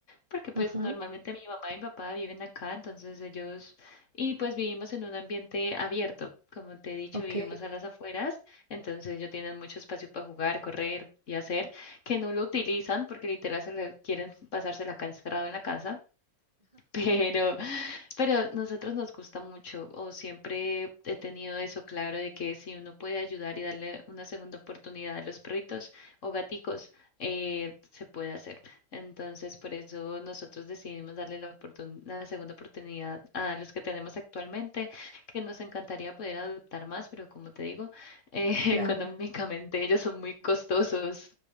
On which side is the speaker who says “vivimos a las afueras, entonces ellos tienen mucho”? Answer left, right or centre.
Left